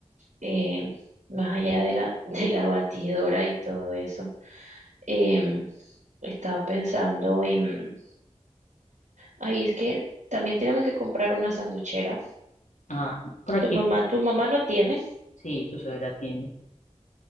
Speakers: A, on the right; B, on the left.
A: eh, más allá de la, <laughs> de la batidora y todo eso Em, estaba pensando en, ay, es que también tenemos que comprar una sanduchera.
B: Ah, por aquí,
A: Tu mamá, tu mamá no tiene.
B: sí, tu suegra tiene.